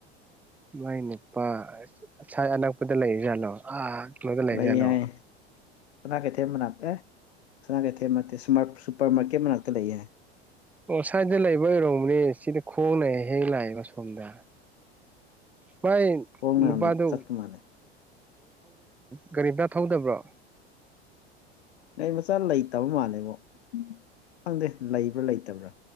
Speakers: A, in the centre; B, on the left.
A: ꯃꯥꯏ ꯅꯨꯄꯥ ꯉꯁꯥꯏ ꯑꯅꯛꯄꯗ ꯂꯩꯔꯤꯖꯥꯠꯅꯣ ꯃꯗꯂ ꯍꯥꯏꯖꯂꯣ
B: ꯂꯩ ꯍꯥꯏ ꯁꯅꯥ ꯀꯩꯊꯦꯜ ꯃꯅꯥꯛꯛꯇ ꯑꯦ ꯁꯅꯥ ꯀꯩꯊꯦꯜ ꯁꯨꯄꯔ ꯃꯥꯔꯀꯦꯠ ꯃꯅꯥꯛꯇ ꯂꯩꯌꯦꯦ
A: ꯑꯣ ꯁ꯭ꯋꯥꯏꯗ ꯂꯩꯕ ꯑꯣꯏꯔꯣꯕꯅꯦ ꯁꯤꯗꯤ ꯈꯣꯡꯅ ꯍꯦꯛ ꯍꯦꯛ ꯂꯥꯛꯑꯦꯕ ꯁꯣꯝꯗ ꯃꯥꯏ
B: ꯈꯣꯡꯅ
A: ꯅꯨꯄꯥꯗꯨꯩꯅꯣ
B: ꯆꯠꯄ ꯃꯥꯜꯂꯦ
A: ꯀꯒꯥꯔꯤꯝꯇ ꯊꯧꯗꯕ꯭ꯔꯣ
B: ꯅ ꯃꯆꯥ ꯂꯩꯇꯕ ꯃꯥꯜꯂꯦꯕꯛ ꯈꯪꯗꯦ ꯂꯩꯕ꯭ꯔꯥ ꯂꯩꯇꯕ꯭ꯔꯥ